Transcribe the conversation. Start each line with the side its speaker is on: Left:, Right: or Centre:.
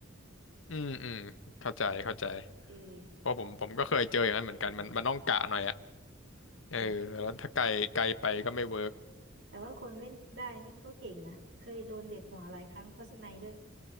Left: ๆ อืมอืมเข้าใจเข้าใจ
Right: เออ
Left: เพราะผมผมก็เคยเจออย่างนั้นเหมือนกันมันมันต้องกะหน่อยอ่ะ
Right: อืมแต่
Left: เออแล้วถ้าไกลไกลไปก็ไม่เวิร์ก
Right: แต่ว่าคนเล่นได้นี่ก็เก่งนะเคยโดนเด็ดหัวหลายครั้งเพราะสไนด์ด้วย